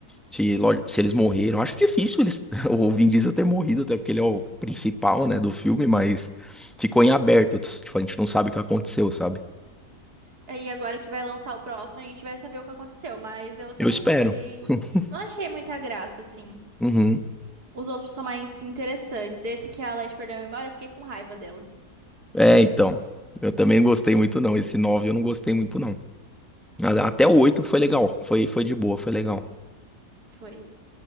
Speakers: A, in the centre; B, on the right.
A: Se, lógi- se eles morreram, acho difícil eles, <laughs> o Vin Diesel ter morrido, até porque ele é o principal, né, do filme, mas ficou em aberto. Tipo, a gente não sabe o que aconteceu, sabe?
B: Aí agora que vai lançar o próximo, a gente vai saber o que aconteceu. Mas eu também
A: Eu espero.
B: não achei.
A: <laughs>
B: Não achei muita graça, assim.
A: Uhum.
B: Os outros são mais interessantes. Esse que é a Leste perdeu a memória, eu fiquei com raiva dela.
A: É, então. Eu também não gostei muito, não. Esse 9 eu não gostei muito, não. A- Até o
B: E
A: 8 foi legal. Foi, foi de boa, foi legal.
B: foi.